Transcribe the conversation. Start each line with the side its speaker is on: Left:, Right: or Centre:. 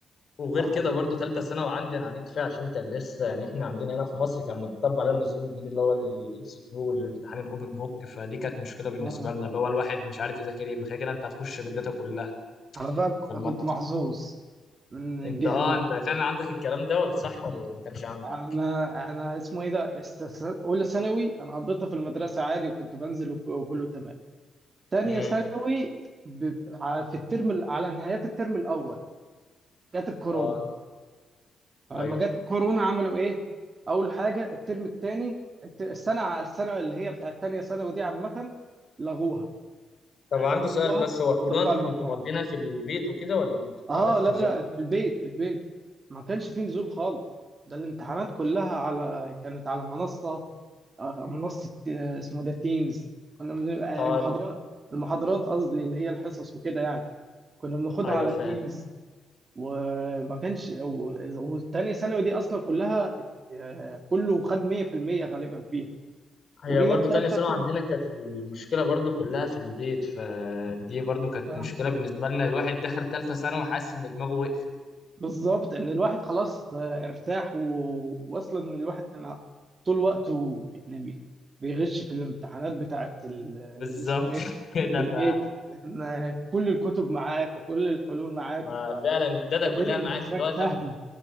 Left: وغير
Right: صراحه
Left: كده برضه
Right: علينا
Left: ثالثه ثانوي عندي انا عانيت فيها عشان كان لسه يعني احنا عندنا هنا في مصر كان متطبق على النظام الجديد اللي هو الام سي كيو والامتحان الاوبن بوك فدي كانت مشكله بالنسبه
Right: اه
Left: لنا اللي هو الواحد مش عارف يذاكر ايه ما كده كده انت هتخش بالداتا كلها
Right: انا بقى
Left: فالموضوع
Right: كنت محظوظ من
Left: انت
Right: الجهه
Left: اه
Right: دي
Left: انت كان عندك الكلام ده ولا صح ولا ما كانش عندك
Right: انا انا اسمه ايه ده أس- أس- اولى ثانوي انا قضيتها في المدرسه عادي وكنت بنزل وك- وكله تمام تانية
Left: امم
Right: ثانوي ب... على- في الترم ال- على نهايات الترم الأول جت الكورونا
Left: اه
Right: فلما
Left: ايوه
Right: جت الكورونا عملوا إيه؟ أول حاجة الترم التاني الت- السنة ع- السنة اللي هي بتاعت تانية ثانوي دي عامة لغوها
Left: طب
Right: يعني
Left: عندي
Right: لغوها
Left: سؤال بس هو الكورونا
Right: وضافوها
Left: انتوا
Right: على المجموعة
Left: كنتوا مقضينها في البيت وكده ولا كنتوا
Right: آه
Left: بتعرفوا
Right: لا
Left: تنزلوا
Right: لا في البيت في البيت ما كانش فيه نزول خالص ده الامتحانات كلها على كانت على منصة آه، منصة آه، اسمه ده تيمز كنا بنبقى-
Left: اه
Right: المحاضرات المحاضرات قصدي اللي هي الحصص وكده يعني كنا بناخدها
Left: ايوه
Right: على
Left: فاهم
Right: تيمز وما كانش و- والتانية ثانوي دي أصلا كلها آه، كله خد 100% غالبا فيها
Left: هي
Right: وجينا
Left: برضو
Right: التالتة
Left: تانية ثانوي
Right: ثانوي
Left: عندنا كانت المشكلة برضو كلها في البيت فدي برضو كانت
Right: آه،
Left: مشكلة بالنسبة لنا الواحد دخل تالتة ثانوي وحاسس إن دماغه وقفت
Right: بالظبط إن الواحد خلاص آه، ارتاح و- وأصلا الواحد كان طول وقته يعني بي- بيغش في الامتحانات بتاعة ال- اللي
Left: بالظبط
Right: اسمه إيه
Left: <laughs>
Right: ده
Left: كده
Right: في البيت
Left: ف
Right: لأن كل الكتب معاك وكل الحلول معاك
Left: ما
Right: آه،
Left: فعلا الداتا
Right: فالدنيا
Left: كلها
Right: بالنسبة
Left: معاك اللي
Right: لك
Left: هو
Right: سهلة
Left: لما